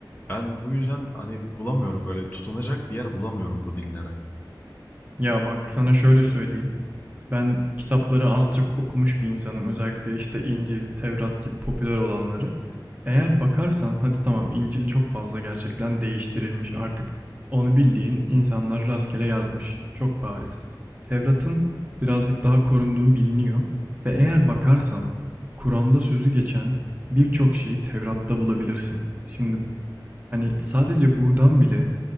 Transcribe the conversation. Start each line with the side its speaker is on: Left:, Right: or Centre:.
Left: Ben bu yüzden hani bulamıyorum böyle tutunacak bir yer bulamıyorum bu dinlere.
Right: Ya bak sana şöyle söyleyeyim. Ben kitapları az çok okumuş bir insanım. Özellikle işte İncil, Tevrat gibi popüler olanları. Eğer bakarsan hadi tamam İncil çok fazla gerçekten değiştirilmiş artık. Onu bildiğin insanlar rastgele yazmış. Çok bariz. Tevrat'ın birazcık daha korunduğu biliniyor. Ve eğer bakarsan Kur'an'da sözü geçen birçok şeyi Tevrat'ta bulabilirsin. Şimdi Hani sadece buradan bile